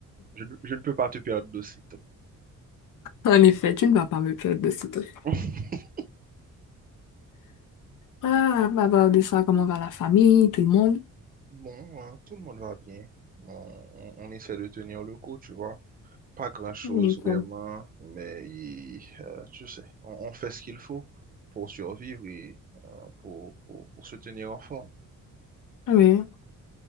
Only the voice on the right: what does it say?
Je, ne- je ne peux pas te perdre de sitôt.
<laughs>
Bon, hein, tout le monde va bien. On, on- on essaie de tenir le coup, tu vois. Pas grand-chose
vraiment, mais il- euh, tu sais, on, on fait ce qu'il faut pour survivre et euh, pour, pour, pour se tenir en forme.